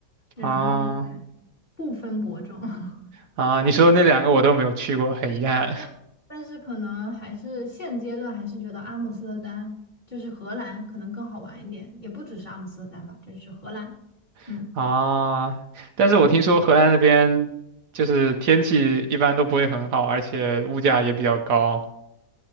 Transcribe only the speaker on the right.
啊
啊，你说的那两个我都没有去过，很遗憾
<laughs>
啊。但是我听说荷兰那边就是天气一般都不会很好，而且物价也比较高